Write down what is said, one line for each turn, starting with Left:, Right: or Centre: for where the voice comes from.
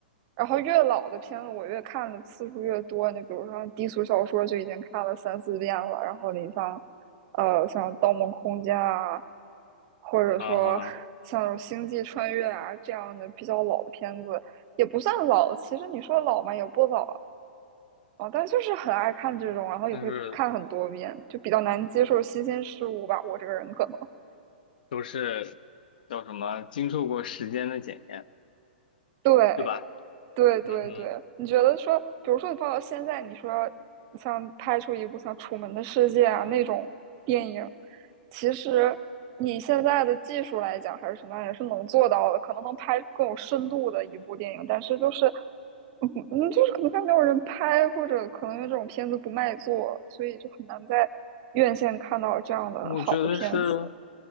Right: 然后越老的片子我越看的次数越多，你比如说低俗小说就已经看了三四遍了，然后你像，呃，像《盗梦空间》啊，或者说像那种星际穿越》啊这样的比较老的片子，
Left: 啊哈，
Right: 也不算老，其实你说老嘛也不老，哦，但就是很爱看这种，然后也会看很多遍，
Left: 但是
Right: 就比较难接受新鲜事物吧。我这个人可能，
Left: 都是叫什么经受过时间的检验，
Right: 对
Left: 对吧？
Right: 对对对，
Left: 嗯哼。
Right: 你觉得说，比如说你放到现在，你说像拍出一部像《楚门的世界》啊那种电影，其实你现在的技术来讲还是什么样，也是能做到的，可能能拍更有深度的一部电影，但是就是嗯，嗯就是可能它没有人拍，或者可能因为这种片子不卖座，所以就很难在院线看到这样的好的片子。
Left: 我觉得是，